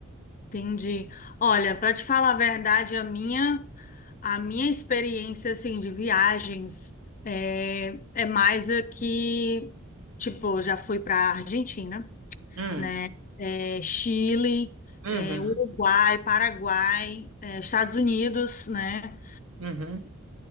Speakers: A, on the left; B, on the right.
A: entendi. Olha, para te falar a verdade, a minha a minha experiência assim de viagens é, é mais aqui, tipo, eu já fui para Argentina,
B: Hum,
A: né? É, Chile,
B: uhum,
A: é, Uruguai, Paraguai, é, Estados Unidos, né?
B: uhum,